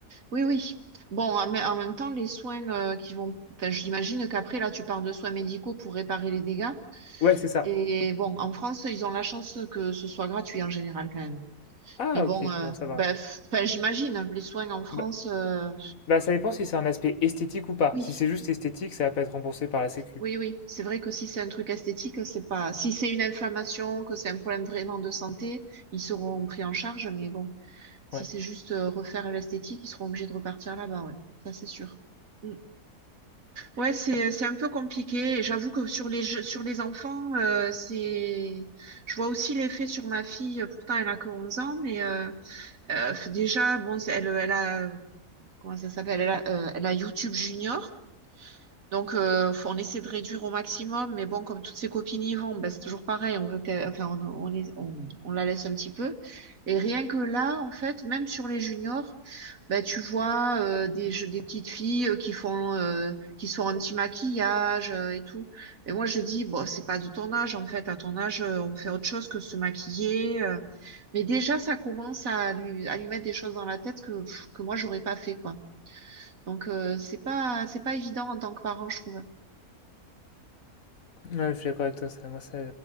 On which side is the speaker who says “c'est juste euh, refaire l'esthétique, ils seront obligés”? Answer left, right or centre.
Right